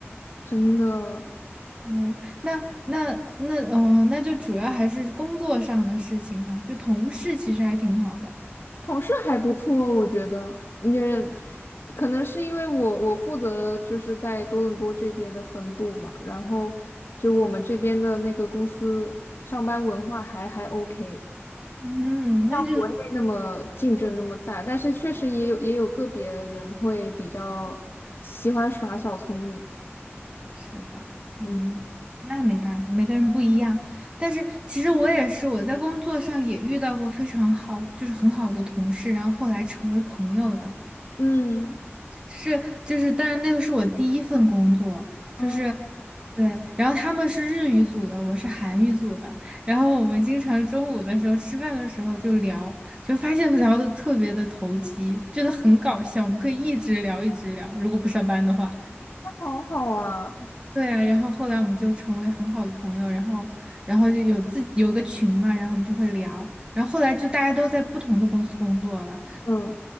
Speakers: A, on the left (about 65°); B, on the right (about 20°).
A: 真的。
B: 嗯，那那那，嗯、那就主要还是工作上的事情哈、就同事其实还挺好的。
A: 同事还不错，我觉得也可能是因为我我负责就是在多伦多这边的分部嘛，然后就我们这边的那个公司上班文化还还 OK，
B: 嗯，那就
A: 像国内那么竞争那么大，但是确实也有也有个别人会比较喜欢耍小聪明，
B: 是吧，嗯，
A: 嗯
B: 那没办法，每个人不一样。但是其实我也是，我在工作上也遇到过非常好，就是很好的同事，然后后来成为朋友的。
A: 嗯，
B: 是，就是，但是那个是我第一份工作，
A: 啊，
B: 就是，对，然后他们是日语组的，我是韩语组的，然后我们经常中午的时候吃饭的时候就聊，就发现聊的特别的投机，真的很搞笑，我们可以一直聊一直聊，如果不上班的话。
A: 好好啊，
B: 对啊，然后后来我们就成为很好的朋友，然后，然后就有自己有个群嘛，然后我们就会聊，然后后来就大家都在不同的公司工作了。
A: 嗯。